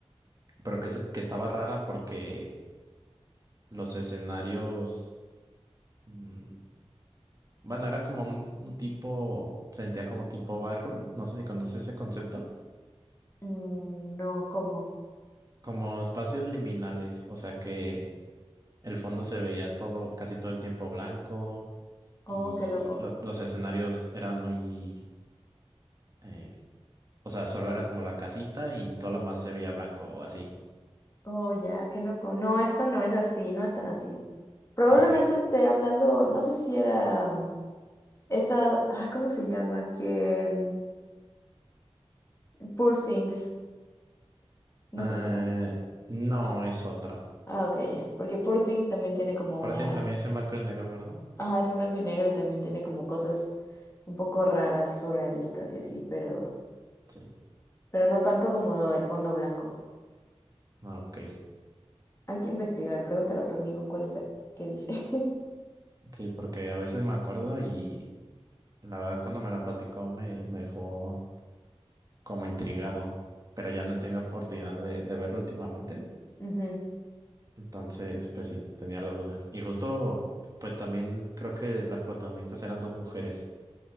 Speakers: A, on the right; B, on the left.
A: pero que, se- que estaba rara porque los escenarios, mm, bueno, era como un, un tipo, sentía como tipo barroom, no sé si conoces ese concepto,
B: Mm, no, ¿cómo?
A: como espacios liminales, o sea que el fondo se veía todo, casi todo el tiempo blanco
B: Oh,
A: y
B: qué loco.
A: lo- los escenarios eran muy, eh, o sea, solo era como la casita y todo lo más se veía blanco o así.
B: Oh, ya, qué loco. No, esta no es así, no es tan así. Probablemente
A: Ok.
B: esté hablando, no sé si era... Esta, ah, ¿cómo se llama? Que mm, Poor Things, ¿no
A: Eh,
B: es esa?
A: no, es otra.
B: Ah, ok, ya. Porque Poor Things también tiene como
A: Aparte
B: una,
A: también es en blanco y negro, ¿verdad?
B: ajá, es en blanco y negro y también tiene como cosas un poco raras, surrealistas y así, pero,
A: Sí.
B: pero no tanto como lo del fondo blanco.
A: Ah, Ok.
B: Hay que investigar, pregúntale a tu amigo cuál es la que dice. <laughs>
A: Sí, porque a veces me acuerdo y la verdad cuando me la platicó me, me dejó como intrigado, pero ya no he tenido oportunidad de, de verlo últimamente,
B: Ujú.
A: entonces pues sí, tenía la duda. Y justo pues también creo que las protagonistas eran dos mujeres.